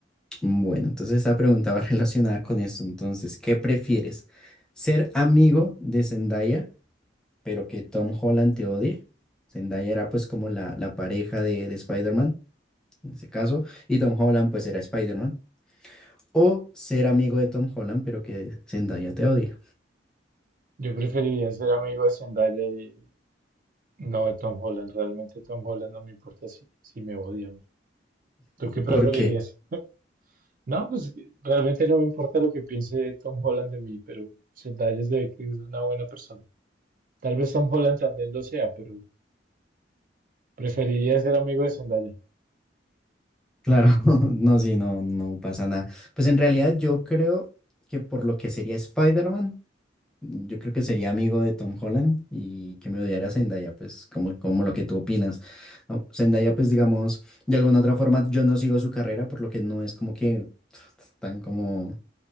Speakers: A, in the centre; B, on the right.
A: Mm, Bueno, entonces esta pregunta va <laughs> relacionada con esto. Entonces, ¿qué prefieres? ¿Ser amigo de Zendaya, pero que Tom Holland te odie? Zendaya era pues como la, la pareja de, de Spider-Man, en ese caso, y Tom Holland pues era Spider-Man. O ser amigo de Tom Holland, pero que Zendaya te odie.
B: Yo preferiría ser amigo de Zendaya y no de Tom Holland. Realmente Tom Holland no me importa si, si me odia o no. ¿Tú qué preferirías?
A: ¿Por qué?
B: No, pues realmente no me importa lo que piense Tom Holland de mí, pero Zendaya se ve que es una buena persona. Tal vez Tom Holland también lo sea, pero preferiría ser amigo de Zendaya.
A: Claro, <laughs> no, sí, no, no pasa nada. Pues en realidad yo creo que por lo que sería Spider-Man, yo creo que sería amigo de Tom Holland y que me odiara Zendaya, pues como, como lo que tú opinas. No, Zendaya, pues digamos, de alguna otra forma yo no sigo su carrera, por lo que no es como que tan como